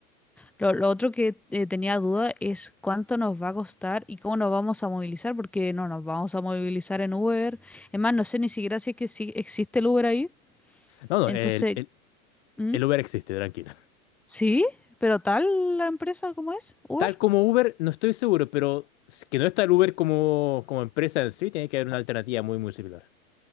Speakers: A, in the centre; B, on the left.
A: Lo, lo otro que eh, tenía duda es cuánto nos va a costar y cómo nos vamos a movilizar, porque no nos vamos a movilizar en Uber. Es más, no sé ni siquiera si es que sí existe el Uber ahí.
B: No, no,
A: Entonces,
B: el, el,
A: ¿mm?
B: el Uber existe, tranquilo.
A: ¿Sí? ¿Pero tal la empresa como es? ¿Uber?
B: Tal como Uber, no estoy seguro, pero s- que no está el Uber como, como empresa en sí, tiene que haber una alternativa muy, muy similar.